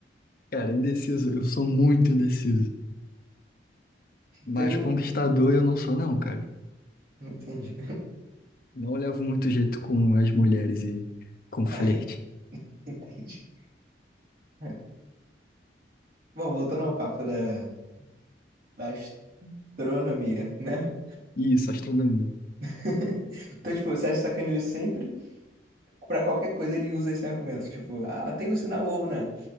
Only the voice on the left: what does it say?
Cara, indeciso, eu sou muito indeciso. Mas
conquistador eu não sou, não, cara.
Não levo muito jeito com as mulheres e com
flerte.
Isso, astronomia.